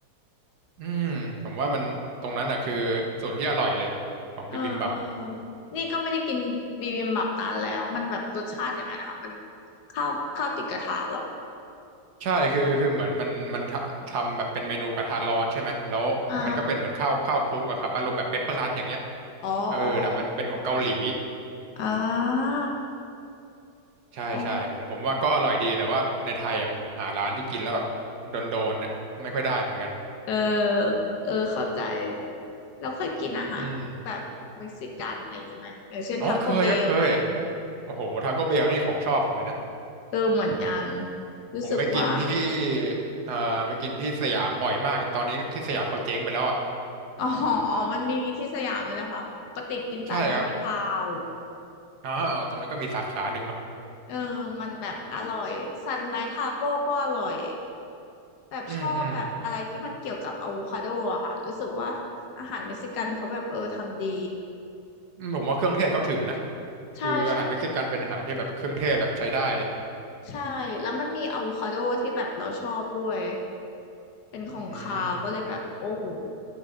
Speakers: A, on the right; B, on the left.
A: อืมผมว่ามันตรงนั้นอ่ะคือส่วนที่อร่อยเลยของบิบิมบับ
B: เออเออนี่ก็ไม่ได้กินบิบิมบับนานแล้วมันแบบรสชาติยังไงนะมันข้าวข้าวติดกระทะเหรอ
A: ใช่คือคือเหมือนมันมันทำทำแบบเป็นเมนูกระทะร้อนใช่ไหมแล้วมันก็เป็นเหมือนข้าวข้าวคลุกอะครับอารมณ์แบบเปปเปอร์รันอย่างเงี้ย
B: อ่าอ๋ออ๋อ
A: เออแต่มันเป็นของเกาหลี
B: อ๋ออ่า
A: ใช่ใช่ผมผมว่าก็อร่อยดีแต่ว่าในไทยอะผมหาร้านที่กินแล้วแบบโดนโดนเนี่ยไม่ค่อยได้เหมือนกัน
B: อ๋อเออเออเข้าใจแล้วเคยกินอาหารพวกแบบเม็กซิกันอะไรอย่างงี้ไหมอย่างเช่นทกโกเบลอะไรเงี้ย
A: อืมอ๋อเคยครับเคยโอ้โหทาโก้เบลนี่ของชอบผมเลยนะ
B: เออเหมือนกันรู้สึกว่า
A: ผมไปกินที่อ่าไปกินที่สยามบ่อยมากจนตอนนี้ที่สยามเขาเจ๊งไปแล้วอ่ะ
B: อ๋ออ๋อมันมีที่สยามเลยเหรอคะปกติกินสามย่านมิตรทาวน์
A: ใช่ครับอ๋อเออตรงนั้นก็มีสาขาหนึ่งเนาะ
B: เออมันแบบอร่อยซันไลท์ทาโก้ก็อร่อย แบบชอบแบบอะไรที่มันเกี่ยวกับอะโวคาโดอะค่ะรู้สึกว่าอาหารเม็กซิกันเขาแบบเออทำดี
A: อืมอืม อืมผมว่าเครื่องเทศเขาถึงนะ
B: ใช่ใช่
A: คืออาหารเม็กซิกันเป็นอาหารที่แบบเครื่องเทศแบบใช้ได้เลย
B: ถึงใช่แล้วมันมีอะโวคาโดที่แบบเราชอบด้วยเป็นของคาวก็เลยแบบโอ้โห
A: อืม